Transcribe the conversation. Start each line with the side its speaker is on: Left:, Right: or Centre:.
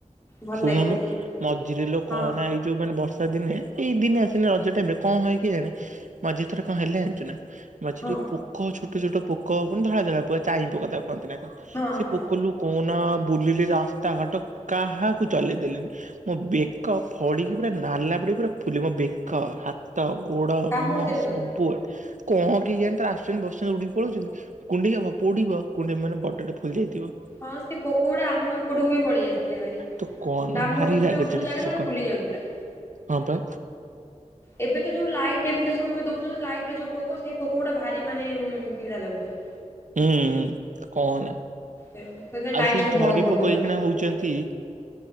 Left: ଭଲ
Right: ଶୁଣୁନୁ
Left: ଲାଗେ ବୋଲି
Right: ମଝିରେ ଲୋକ
Left: ହଁ
Right: କହନା ଏଇ ଯୋଉମାନେ ବର୍ଷା ଦିନେ ଏଇ ଦିନେ ଆସେ ରଜ ଟାଇମ ରେ କଣ ହୁଏ କେଜାଣି। ମଝି ଥରେ କଣ ହେଲେ ଜଣିଛୁ ନା। ମଝିରେ
Left: ହଁ
Right: ପୋକ ଛୋଟ ଛୋଟ ପୋକ ପ ଧଳା ଧଳା ପୋକ ଚହିଁ ପୋକ ତା କନ୍ତି ନା
Left: ହଁ
Right: ସେ
Left: ହଁ
Right: ପୋକ ଲୋ କୋନା ବୁଲିଲେ ରାସ୍ତାଘାଟ କାହାକୁ ଚଲେଇ ଦେଲେନି ମୋ ବେକ ଫଡିକି ପୁରା ନାଲା ପଡିକି ପୁରା ଫୁଲ ମୋ ବେକ ହ ହାତ ଗୋଡ
Left: କାମୁଡି
Right: ମୁହଁ
Left: ଦେଲେ
Right: ସବୁଆଡେ।
Left: ବୋଧେ
Right: କଣ କେ ଯାଣି ତାର ଆସୁଛନ୍ତି ବସିଛନ୍ତି ଉଡିକି ପଳଉଛନ୍ତି କୁଣ୍ଡେଇ ହବ ପୋଡିବ କୁଣ୍ଡେଇ ମାନେ ବଟରରେ ଫୁଲି ଯାଇଥିବ।
Left: ହଁ ସେ ପୋକ ଗୁଡା ଆମ ଏପଟକୁ ବି ପଳେଇ ଆସେ।
Right: ତୁ କହନା
Left: କାମୁଡି
Right: ଭାରି
Left: ଦଉଥିଲେ
Right: ରାଗ
Left: ଗୋଟେ
Right: ଚିଡେ
Left: ଗୋଟେ ଜାଗାରେ
Right: ସେ ପୋକ
Left: ଫୁଲି ଯାଉଥିଲା।
Right: ହଁ ପା
Left: ଏବେ ତ ଯୋଉ ଲାଇଟ୍ ଏବେ ତ ସବୁବେ ଦଉଛନ୍ତି ଲାଇଟ ଯୋଉ ପୋକ ସେଇ ପୋକ ଗୁଟା ଭାରି ମାନେ ଚିଡା ଲାଗୁଚି।
Right: ହୁଁ କହନା।
Left: ସେଦିନ
Right: ଆଉ
Left: ଲାଇଟ୍
Right: ସେଇ
Left: ସବୁ
Right: ଝରି
Left: ବନ୍ଦ କରିଦଉଚନ୍ତି।
Right: ପୋକ ଏଇଖିଣା ହଉଛନ୍ତି।